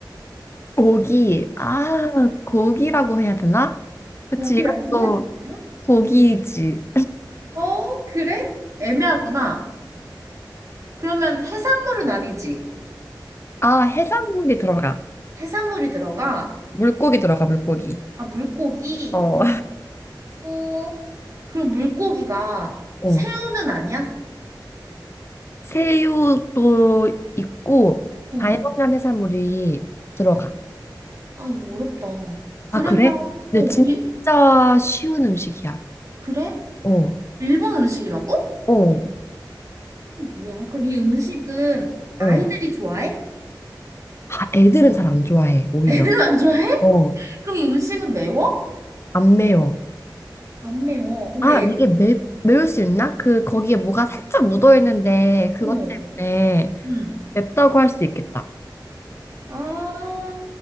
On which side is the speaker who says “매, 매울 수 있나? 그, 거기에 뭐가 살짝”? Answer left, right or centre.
Left